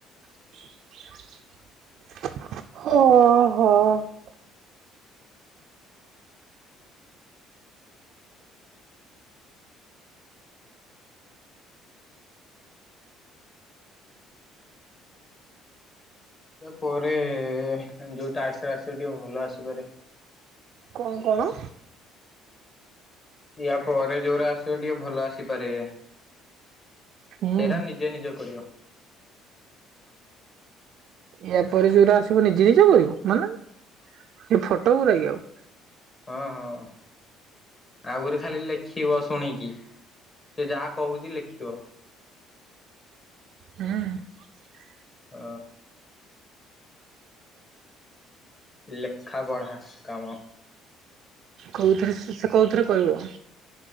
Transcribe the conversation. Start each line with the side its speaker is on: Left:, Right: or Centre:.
Right: ହଁ, ହଁ,
Left: ପରେ ଯୋଉ ଟାସ୍କରା ଆସିବ ଟିକେ ଭଲ ଆସିପାରେ।
Right: କଣ, କଣ?
Left: ୟା ପରେ ଯୋଉରା ଆସିବ ଟିକେ ଭଲ ଆସିପାରେ
Right: ହୁଁ
Left: ସେରା ନି ନିଜେ ନିଜେ କରିବ।
Right: ୟା ପରେ ଯୋଉଟା ଆସିବ ନିଜେ ନିଜ କରିବ ମାନେ ଏ ଫଟୋ ଗୁରା କି ଆଉ?
Left: ହଁ, ହଁ, ଆଉଗୁରେ ଖାଲି ଲେଖିବ ଶୁଣିକି, ସେ ଯାହା କହୁଛି ଲେଖିବ।
Right: ହୁଁ,
Left: ଅ ଲେଖା, ପଢ଼ା କାମ।
Right: କୋଉଥିରେ ସେ କୋଉଥିରେ କହିବ?